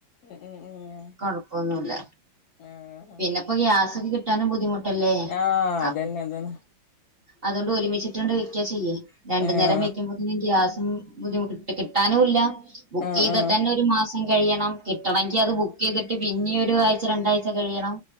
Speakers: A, on the left; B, on the right.
A: ഉം ഉം ഉം
B: കുഴപ്പൊന്നുംല്ല
A: ആഹ്
B: പിന്നെപ്പോൊ ഗ്യാസൊക്കെ കിട്ട കിാനും ബുദ്ധിമുട്ടല്ലേ
A: ആഹ് അതന്നെ
B: അപ്പൊ
A: അതന്നെ
B: അതുകൊണ്ട് ഒരുമിച്ചിട്ടണ്ട് വെക്ക ചെയ്യേ രണ്ടു
A: ആഹ്
B: നേരം വെക്കുമ്പോന്ന ഗ്യാ ബുദ്ധിമുട്ട് കിട്ടാനുംല്ല ബുക്ക്
A: ആഹ്
B: ചെയ്താൽ
A: ആഹ്
B: തന്നെ ഒരു മാസം കഴിയണം കിട്ടണമെങ്കി
A: ഉം
B: അത് ബുക്ക് ചെയ്തിട്ട് പിന്നെ ഒരു ആഴ്ച രണ്ടാഴ്ച കഴിയണം